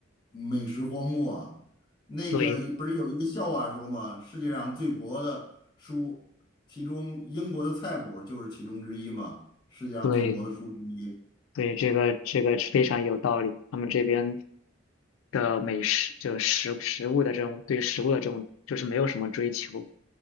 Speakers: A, on the left; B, on the left.
A: 美食荒漠啊。那个不是有一个笑话说吗？
B: 对
A: 世界上最薄的书，其中英国的菜谱就是其中之一嘛，世界上最薄的书之一。
B: 对，对，这个这个是非常有道理。他们这边的美食，就食食物的这种对食物的这种，就是没有什么追求。